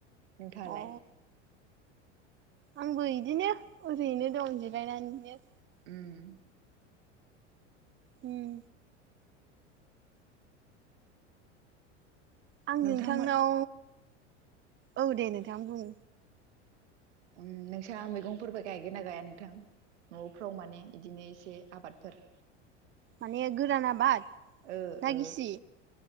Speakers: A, on the right; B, on the right.
A: नोंथाङालाय?
B: अ आंबो इदिनो ओरैनो दं जिरायनानैनो।
A: उम
B: उम आं
A: नोंथांमोन
B: नोंथांनाव औ दे नोंथां बुं
A: उम नोंस्रा मैगंफोरबो गायगोना गाया नोंथां? न'फ्राव माने इदिनो एसे आबादफोर
B: माने गोरान आबाद?
A: ओ
B: ना
A: ओ
B: गिसि